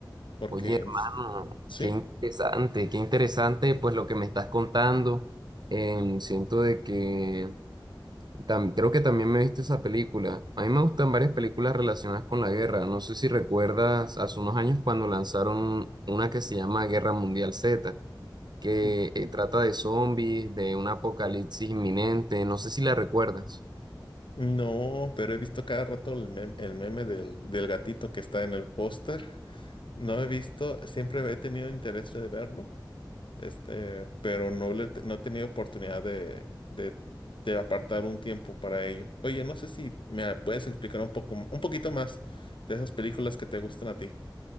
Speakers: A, on the left (about 80°); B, on the right (about 60°).
A: Porque,
B: oye, hermano,
A: en s- sí,
B: qué interesante, qué interesante pues lo que me estás contando. Em, siento de que Tam- creo que también me viste esa película. A mí me gustan varias películas relacionadas con la guerra. No sé si recuerdas hace unos años cuando lanzaron una que se llama Guerra Mundial Z, que
A: n-
B: eh, trata de zombies, de un apocalipsis inminente. No sé si la recuerdas.
A: no, pero he visto cada rato el mem- el meme, del, del gatito que está en el póster. No he visto, siempre he tenido interés de verlo Este, pero no le, te- no he tenido oportunidad de, de, de apartar un tiempo para ello. Oye, no sé si me puedes explicar un poco, un poquito más de esas películas que te gustan a ti.